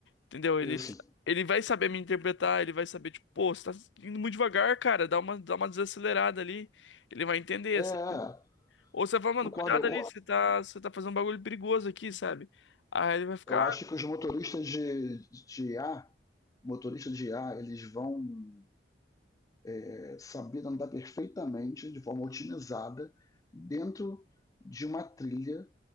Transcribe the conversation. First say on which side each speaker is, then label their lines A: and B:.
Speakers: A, on the left; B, on the left.
A: entendeu? Ele,
B: isso.
A: ele vai saber me interpretar, ele vai saber, tipo, pô, você tá indo muito devagar, cara, dá uma, dá uma desacelerada ali. Ele vai entender.
B: É,
A: sabe? Ou você vai, mano,
B: concordo.
A: cuidado
B: Eu,
A: ali, você tá, você tá fazendo um bagulho perigoso aqui, sabe? Aí ele vai ficar,
B: eu acho que os motoristas de, de I A, motoristas de I A, eles vão é, saber andar perfeitamente, de forma otimizada, dentro de uma trilha